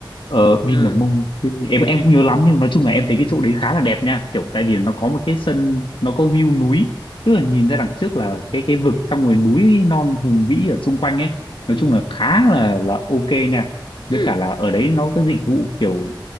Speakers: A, on the left; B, on the left.
A: ờ Vinamong
B: À,
A: cái... gì- em em không nhớ lắm nhưng nói chung là em thấy cái chỗ đấy khá là đẹp nha kiểu tại vì nó có một cái sân nó có view núi tức là nhìn ra đằng trước là cái cái vực xong rồi núi non hùng vĩ ở xung quanh ấy nói
B: ừ,
A: chung là khá là là ok nha với
B: ừ,
A: cả là ở đấy nó có dịch vụ kiểu